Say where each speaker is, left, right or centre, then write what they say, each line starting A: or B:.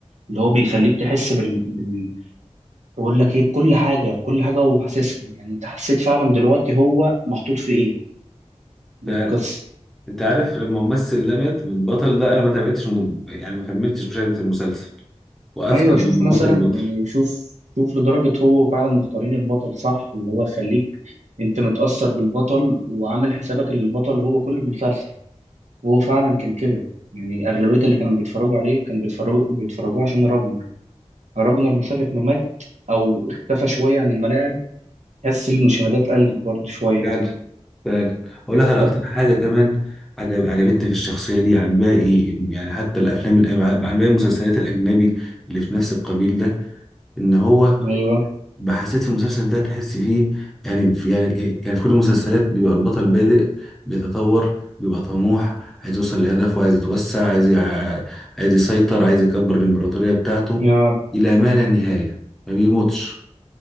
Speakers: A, on the right; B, in the centre.
A: اللي هو بيخليك تحس بال... بال... بقول لك ايه بكل حاجه بكل حاجه هو حاسسها يعني انت حسيت فعلا دلوقتي هو محطوط في ايه من
B: فعلا
A: القصه
B: انت عارف لما ممثل ده مات البطل ده انا ما تابعتش م- يعني ما كملتش مشاهده المسلسل وقفت
A: ايوه
B: لما
A: شوف مثلا
B: مات البطل
A: يعني شوف شوف لدرجه هو فعلا مختارين البطل صح اللي هو يخليك انت متاثر بالبطل وعامل حسابك إن البطل هو كل المسلسل وهو فعلا كان كده يعني اغلبيه اللي كانوا بيتفرجوا عليه كانوا بيتفرجوا بيتفرجوا عشان راجنر راجنر مسافه ما مات او اختفى شويه عن الملاعب تحس المشاهدات قلت برضه شويه
B: فعلا فعلا اقول لك على
A: طب
B: اكتر حاجه كمان عجب عجبتني في الشخصيه دي عن باقي يعني حتى الافلام الأ- عن باقي المسلسلات الاجنبي اللي في نفس القبيل ده ان هو
A: ايوه
B: حسيت في المسلسل ده تحس فيه يعني في يعني إيه، يعني في كل المسلسلات بيبقى البطل بادئ بيتطور بيبقى طموح عايز يوصل لهدفه عايز يتوسع عايز يع- عايز يسيطر عايز يكبر الإمبراطورية بتاعته
A: يا
B: إلى ما لا نهاية ما بيموتش